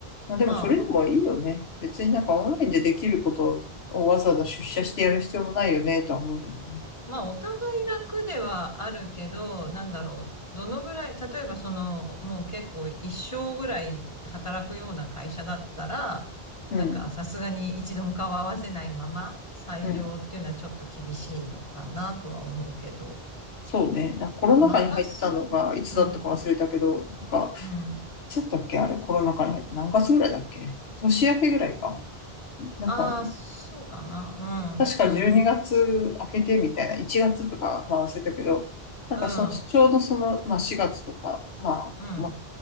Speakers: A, on the left; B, on the left.
A: まあ、でもそれでもいいよね。
B: ま
A: 別になんかオンラインでできることをわざわざ出社してやる必要もないよねとは思うよね。
B: まあ、お互い楽ではあるけど、なんだろう。どのぐらい、例えばその、もう結構一生ぐらい働くような会社だったら、
A: うん。
B: なんかさすがに一度も顔合わせないまま採用っていうのはちょっと厳しいのかなとは思うけど、
A: うん。そうね。なんかコロナ禍に入ったのがいつだったか忘れたけど、
B: 任せる。うん、
A: なんか、
B: うん。
A: いつだったっけあれ、コロナ禍に入って何月ぐらいだっけ年明けぐらいか。なんか、
B: ああ、そうかな。
A: 確か12月明けてみたいな、
B: うん、うん、
A: 1月とか、まあ忘れたけど、なんかその、
B: うん、
A: ちょうどその、まあ4月とか、まあ、
B: うん、